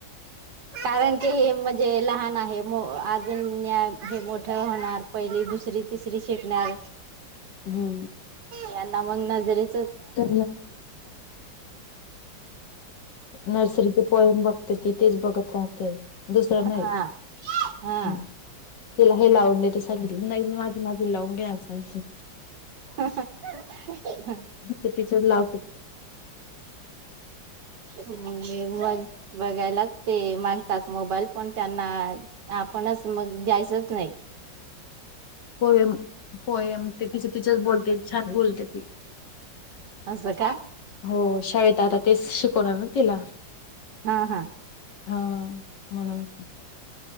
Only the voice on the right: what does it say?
कारण की हे म्हणजे लहान आहे अजून हे मोठं होणार पहिली दुसरी तिसरी शिकणार.
यांना मग ना जरीे
हा हा
हा
मी म्हण बघायला काय लागतंय मागतात मोबाईल पण त्यांना आपणच मग घ्यायचच नाही.
असं का?
हा हा